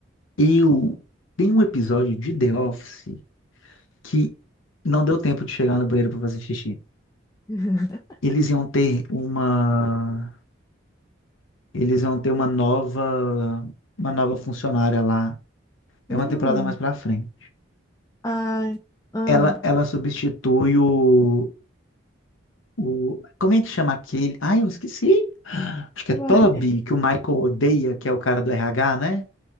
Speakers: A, on the left; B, on the left.
A: eu tem um episódio de The Office que não deu tempo de chegar no banheiro para fazer xixi.
B: <laughs>
A: Eles iam ter uma, eles iam ter uma nova, uma nova funcionária lá. É
B: Hum.
A: uma temporada mais para frente.
B: Ai. Ah.
A: Ela, ela substitui o, o, como é que chama aquele? Ai, eu esqueci. Acho que
B: Uai.
A: é Toby, que o Michael odeia, que é o cara do RH, né?